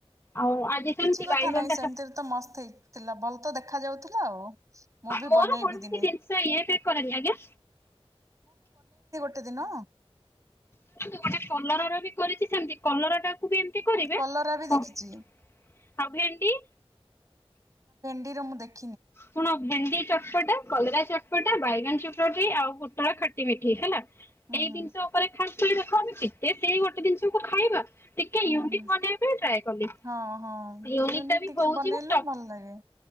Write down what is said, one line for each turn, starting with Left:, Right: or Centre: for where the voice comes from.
Left: ଆଉ ଆଜି
Right: କିଛି
Left: ସେମିତି
Right: କଥା
Left: ବାଇଗଣଟା
Right: ନାହିଁ ସେମିତିରେ
Left: ଚ
Right: ତ ମସ୍ତ ହେଇଥିଲା ଭଲ ତ ଦେଖା ଯାଉ ଥିଲା ଆଉ ମୁଁ ବି
Left: ମୋର
Right: ବନେଇବି
Left: କୌଣସି
Right: ଦିନେ
Left: ଜିନିଷ ଇ ବି କରନି ଆଜ୍ଞା
Right: କେଟେ ଦିନ
Left: କରନ୍ତୁ ଗୋଟେ କଲରା ର ବି କରିଛି ସେମିତି କଲରା ଟା କୁବି ଏମତି କରିବେ
Right: କଲରା ବି ଦେଖିଛି।
Left: ଆଉ ଭେଣ୍ଡି
Right: ଣ୍ଡିର ମୁଁ ଦେଖ
Left: କଣ ଭେଣ୍ଡି ଚଟପଟା କଲରା ଚଟପଟା ବାଇଗଣ ଚପ ଆଉ ପୋଟଳ ଖଟି ମିଠି ହେଲା।
Right: ହୁଁ
Left: ଏଇ
Right: ହୁଁ
Left: ଜିନିଷ ଉପରେ ଖାସ କରୁଛି କେତେ ସେଇ ଗୋଟେ ଜିନଷକୁ ଖାଇବା ଟିକେ
Right: ହ
Left: ୟୁନିକ୍
Right: ହଁ
Left: ବନେଇବା ପାଇଁ ଟ୍ରାଏ କଲି
Right: ହଁ ହଁ
Left: ୟୁନିକ୍
Right: ୟୁନିକ
Left: ଟା ବି
Right: ଟିକେ
Left: ହଉଛି
Right: ବନେଇଲେ
Left: ଟପ୍
Right: ଭଲ ଲାଗେ